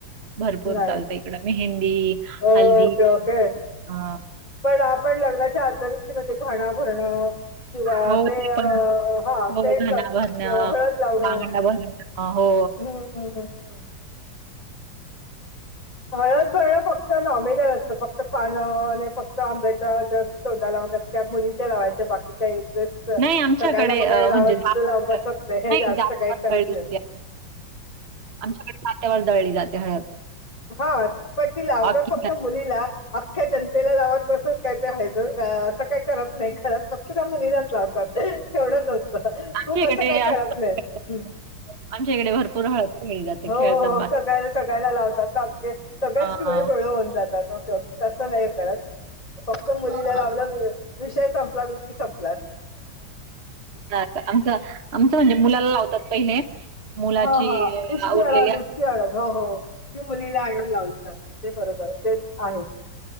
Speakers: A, on the right; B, on the left.
A: भरपूर
B: नाही
A: चालत इकडं मेहंदी
B: ओके
A: हल्दी
B: ओके
A: ह
B: पण आपण लग्नाच्या आल्या दिवशी म्हणजे घाणं भरणं किंवा
A: हो
B: ते
A: पण असतं.
B: हा
A: हो
B: ते
A: घाणा
B: कर
A: भरणं,
B: हळद लावणं
A: बांगड्या हो
B: हं, हं, हं, हं. ळ करळणं फक्त नॉमिनल असतं फक्त पानं आणि फक्त आंब्याच्या जस्ट तोंडाला वगैरे त्या मुलीच्या लावायच्या बाकी का
A: नाही आमच्याकडे
B: सगळना वगैरे
A: अ,
B: लावत
A: म्हणजे जात
B: लाव बसत नाही जास्त
A: जात्यावर
B: काही करत
A: दळली
B: नाही
A: जाते. आमच्याकडे नाात्यावर दळली जाते हळद
B: हा प्टी लावत
A: अख्खी
B: फक्त मु अखख्या जनतेला लावत बसत का ते ह असं काही करत नाही करत मुली जातला असतात एवढच असत खूप
A: आमच्या इकडे
B: असं काय करत
A: असतात
B: नाही
A: आमच्या इकडे भरपूर हळद खेळली जाते.
B: हो
A: खेळतात
B: हो
A: बाकी
B: सगला सगळयला लावतात ओ सगळेच
A: हां,
B: पिवळे पेळळे होऊन जातात ओके ओके तस नाही करत फक्त मुलीला
A: हां.
B: लावलं विषय संपला विधी संप
A: का आमच आमचं म्हणजे मुलाला लावतात पहिले मुलाची
B: हां, हां. उष्टी
A: आवडले
B: हळद, उष्टी हो हो ती मुलीला आणून लावली जाते ते बरोबर तेच आहे